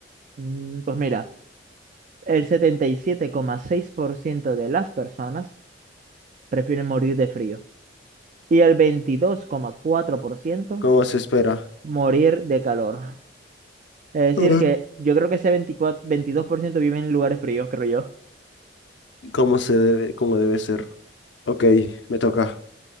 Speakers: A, on the right; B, on the left.
A: mm, pues mira, el setenta y siete coma seis por ciento de las personas prefieren morir de frío y el veintidós coma cuatro por ciento
B: como se espera,
A: morir de calor. Es
B: Ah.
A: decir, que yo creo que ese veinticuatro, veintidós por ciento vive en lugares fríos, creo yo.
B: como se debe, como debe ser. Ok, me toca.